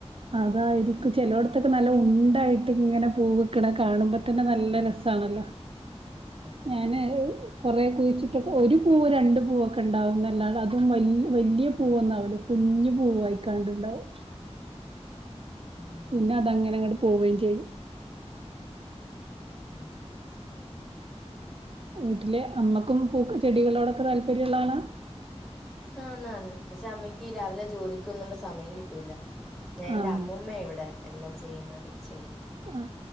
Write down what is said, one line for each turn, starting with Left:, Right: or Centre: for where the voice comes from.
Right: അതായിരിക്കും ചിലോടത്തൊക്കെ നല്ല ഉണ്ടായിട്ട് ഇങ്ങനെ പൂ നിക്കണ കാണുമ്പ നല്ല
Centre: ഉം
Right: രസാണല്ലോ
Centre: അതാ
Right: ഞാന് കുറെ കുഴിച്ചിട്ടൊക്കെ ഒരു പൂവ് രണ്ടു പൂവൊക്കെ ഉണ്ടാവുമെന്നല്ലാത അതും വ വലിയ പൂവൊന്നാവൂല്ലോ കുഞ്ഞ് പൂവ് ആയിക്കാണ്ടുണ്ടാവും
Centre: ഉം
Right: പിന്നെ അതങ്ങനെ അങ്ങോട്ട് പോവേം ചെയ്യും
Centre: ഉം
Right: വീട്ടിലെ അമ്മക്കും പൂക്കളും ചെടികളോടൊക്കെ താല്പര്യം ഉള്ളാള
Centre: ആഹ് നാണ് പക്ഷെ അമ്മക്ക് രാവിലെ ജോലിക്ക് പോവുന്നോണ്ട് സമയം കിട്ടൂല്ല ഞാൻ എന്റെ
Right: ആഹ്
Centre: അമ്മൂമ്മ ഇവിടെ എല്ലാ ചെയ്യുന്നത് ചെടി
Right: ആ